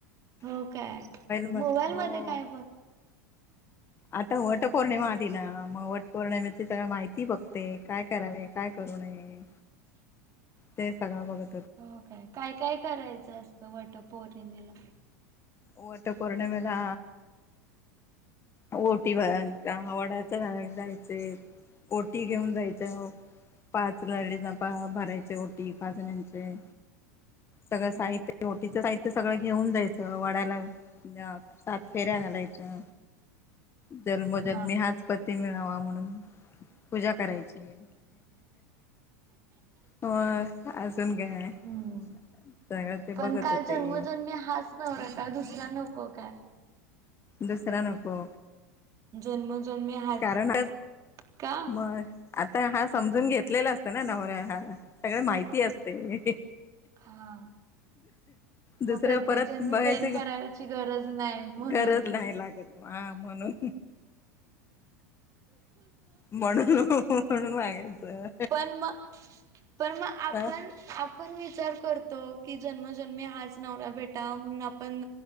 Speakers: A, on the right; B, on the left.
A: हो काय?
B: म
A: मोबाईल
B: हो
A: मध्ये काय बघ
B: आता वट पौर्णिमा आली ना मग वट पौर्णिमेची सगळं माहिती बघते, काय करावे काय कर करू नये.
A: <inaudible>
B: ते सगळं बघत होत
A: हो काय? काय काय करायचं असतं वट पौर्णिमेला?
B: वट पौर्णिमेला ओटी भ वडाच झाड जायचे ओटी घेऊन जायचंय हो पाच लाडीना पा भरायचे ओटी पाचण्याचे. सगळं
A: हम्म
B: साहित्य, ओटीच साहित्य सगळं घेऊन जायचं. वाड्याला सात फेऱ्या घालायच्या. जन्मोजन्मी
A: हा
B: हाच पती मिळावा म्हणून पूजा करायची. हो, अजून काय.
A: हम्म
B: सगळं ते
A: पण
B: बघत
A: काय
B: होते
A: जन्मोजन्मी हाच नव्हरा का दुसरा नको काय?
B: दुसरा नको.
A: जन्मोजन्मी हाच,
B: कारण
A: का?
B: मग आता हा समजून घेतलेला असत ना नवऱ्या हा सगळे माहिती असते.
A: हा. मग
B: दुसऱ्या
A: प्रत्येक
B: परत
A: जण मी
B: बघायच
A: ट्रेन
B: की
A: करायची गरज नाही म्हणून
B: गरज
A: काय
B: नाही लागत. हा म्हणून म्हणून. मागायचं
A: पण मग, पण मग आपण,
B: अ
A: आपण विचार करतो की जन्मोजन्मी हाच नवरा भेटावा म्हणून आपण